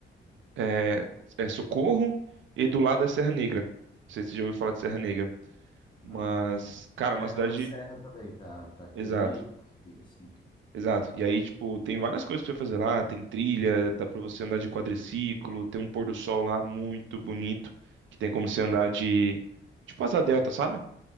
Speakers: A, on the right; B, on the left.
A: é, é Socorro e do lado é Serra Negra. Não sei se você já ouviu falar de Serra Negra,
B: Não.
A: mas, cara,
B: É,
A: é uma cidade.
B: é uma serra também, pra, pra trilha,
A: Exato,
B: pra subir assim.
A: exato. E aí, tipo, tem várias coisas pra fazer lá: tem trilha, dá pra você andar de quadriciclo, tem um pôr do sol lá muito bonito, que tem como você andar de. Tipo asa delta, sabe?